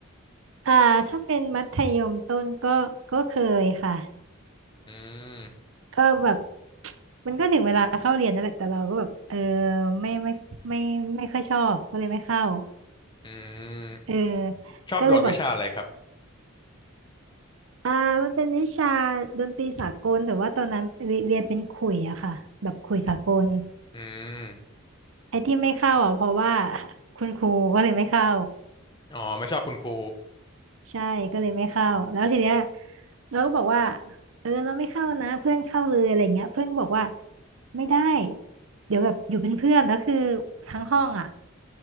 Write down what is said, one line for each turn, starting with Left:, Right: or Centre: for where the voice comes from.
Right: อ่าถ้าเป็นมัธยมต้นก็ก็เคยค่ะ
Left: อืม
Right: ก็แบบ <tsk> มันก็ถึงเวลาเข้าเรียนนั่นแหละแต่เราก็แบบเออไม่ไม่ไม่ไม่ไม่ค่อยชอบก็เลยไม่เข้า
Left: อื
Right: เออ
Left: มชอบโดดวิชาอะไรครับ
Right: ก็เลยบอก อ่ามันเป็นวิชาดนตรีสากลแต่ว่าตอนนั้นเรีเรียนเป็นขลุ่ยอะค่ะแบบขลุ่ยสากล
Left: อืม
Right: ไอ้ที่ไม่เข้าอะเพราะว่าคุณครูก็เลยไม่เข้า
Left: อ๋อไม่ชอบคุณครู
Right: ใช่ก็เลยไม่เข้าแล้วทีเนี้ยเราก็บอกว่าเออเราไม่เข้านะเพื่อนเข้าเลยอะไรเงี้ยเพื่อนก็บอกว่าไม่ได้เดี๋ยวแบบอยู่เป็นเพื่อนแล้วคือทั้งห้องอะ